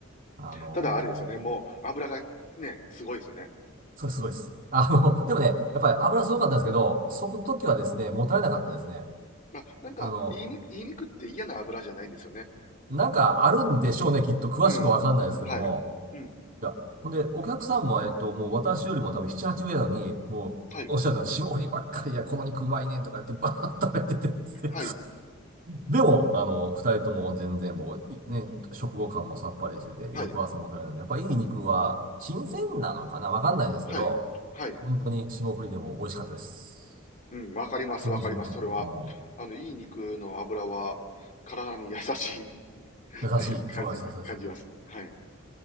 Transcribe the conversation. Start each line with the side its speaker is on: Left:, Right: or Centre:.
Right: あのー、
Left: ただあれですよね。もう油がね、すごいですよね。
Right: それすごいです。<laughs> あの、
Left: うん。
Right: でもね、やっぱり油すごかったんですけど、そく時はですね、もたれなかったですね。
Left: あ、なんか、
Right: あの、
Left: 言いにく、言いにくって嫌な油じゃないんですよね。
Right: なんかあるんでしょうね、きっと詳しくはわかんないですけども。
Left: うん。はい。うん。
Right: いや、ほんで、お客さんも、えっと、もう私よりも多分7、8名なのに、もう、
Left: はい。
Right: おっしゃるの、霜降りばっかりや、この肉うまいねんとか言ってバーッと食べててですね
Left: はい。
Right: でも、あの、二人とも全然もう、いね、食後感もさっぱりしてて、
Left: はい。
Right: 翌朝もたれないので、やっぱいい肉は新鮮なのかなわかんないですけど、
Left: はい。はい。
Right: 本当に霜降りでも美味しかったです。
Left: うん。わかります。
Right: 全然残らなかった。
Left: わかります。それは。
Right: うん。
Left: あの、いい肉の油は、体に優しいっ
Right: 優しい。
Left: て感じ、
Right: そうです、そうです。
Left: 感じます。はい。